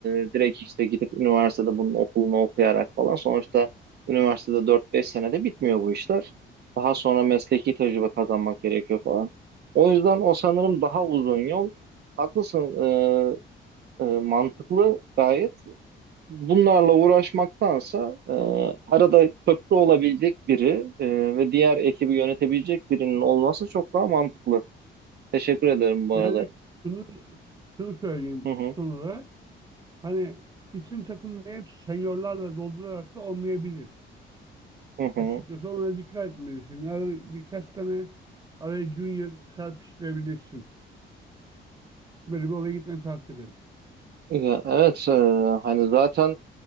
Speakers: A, on the right; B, on the right.
A: e, direkt işte gidip üniversitede bunun okulunu okuyarak falan. Sonuçta üniversitede dört beş senede bitmiyor bu işler. Daha sonra mesleki tecrübe kazanmak gerekiyor falan. O yüzden o sanırım daha uzun yol. Haklısın. e, e, mantıklı gayet. Bunlarla uğraşmaktansa e, arada köprü olabilecek biri e, ve diğer ekibi yönetebilecek birinin olması çok daha mantıklı. Teşekkür ederim bu
B: Yani
A: arada.
B: şunu şunu söyleyeyim
A: Hı hı,
B: son olarak. Hani bütün takımı hep seniorlarla doldurarak da olmayabilir.
A: hı hı.
B: Açıkçası ona dikkat etmelisin. Ara- birkaç tane araya junior serpiştirebilirsin. Böyle bir olaya gitmeni tavsiye ederim.
A: Ya, evet e, hani zaten